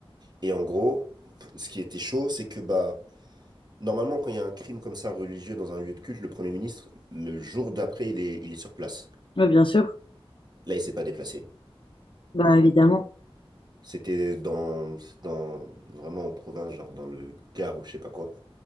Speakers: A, on the right; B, on the left.
A: Et en gros, p- ce qui était chaud, c'est que bah normalement quand il y a un crime comme ça religieux dans un lieu de culte, le Premier ministre, le jour d'après, il est, il est sur place.
B: Ouais, bien sûr.
A: Là, il s'est pas déplacé.
B: Bah, évidemment.
A: C'était dans, dans vraiment en province, genre dans le Gard ou je sais pas quoi.